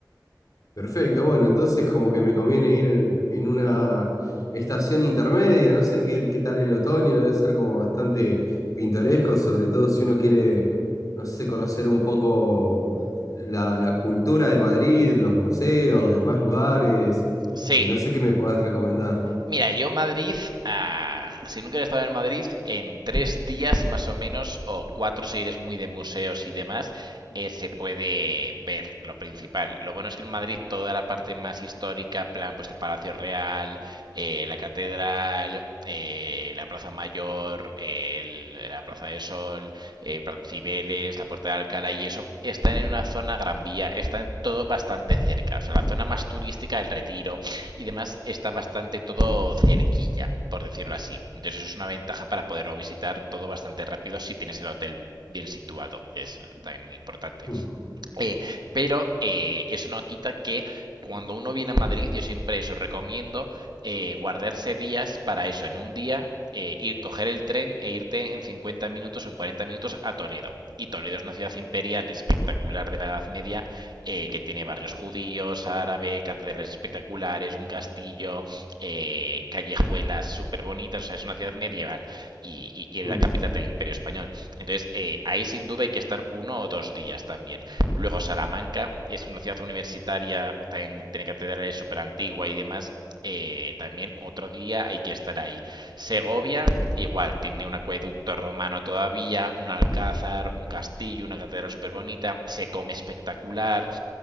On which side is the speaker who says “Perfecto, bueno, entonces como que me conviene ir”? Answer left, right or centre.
Left